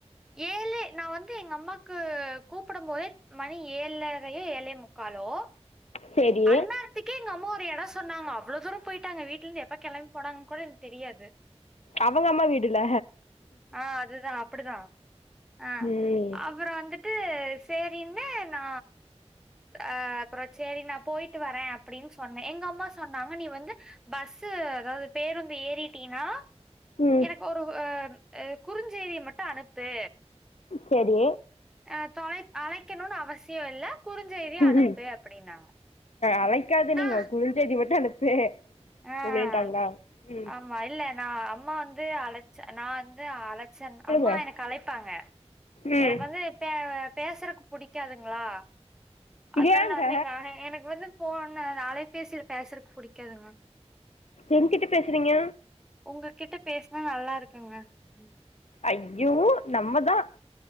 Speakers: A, in the centre; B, on the left.
A: ஏலே நா வந்து எங்க அம்மாக்கு கூப்பிடும் போதே மணி ஏழரையோ ஏழே முக்காலோ
B: செரி
A: அந்நேரத்துக்கே எங்கம்மா ஒரு எட சொன்னாங்க அவ்ளோ தூர போயிட்டாங்க வீட்ல இருந்து எப்ப கெளம்பி போனாங்க கூட எனக்கு தெரியாது
B: அவங்க அம்மா வீடுல
A: ஆ அதுதான் அப்படிதான். ஆ
B: ம்
A: அப் ப்ற வந்துட்டு சேரினு நா ஆ அப்றோ சேரி நா போய்ட்டு வரே அப்டின்னு சொன்னே எங்கம்மா சொன்னாங்க நீ வந்து பஸூ அதாவது பேருந்து ஏறிட்டீன்னா
B: ம்
A: எனக்கு ஒரு ஆ அ குறுஞ்செய்திய மட்டு அனுப்பு
B: செரி
A: ஆ தொலை அழைக்கணுனு அவசியோ இல்ல குறுஞ்செய்தியா
B: ம்
A: அனுப்பு" அப்படின்னாங்க.
B: அழைக்காத
A: நான்
B: நீங்க குரு ஞ் சேதி மட்டு அனுப்பு
A: ஆ.
B: அப்டிட்டாங்களா ம்
A: ஆமா இல்ல நா அம்மா வந்து அழைச்ச நா வந்து அழ ச
B: சொல்லுங்க
A: அம்மா வந்து எனக்கு அழைப்பாங்க
B: ம்
A: எனக்கு வந்து பே பேசுறக்கு புடிக்காதுங்களா அதனால
B: ஏங்க
A: நா வந்து எங்க எனக்கு வந்து போண்ண அலைபேசில பேசுறக்கு புடிக்காதுங்க
B: என்கிட்ட பேசுறீங்க
A: உங்ககிட்ட பேசுனா நல்லா இருக்குங்க ம்.
B: ஐய்யோ நம்மதா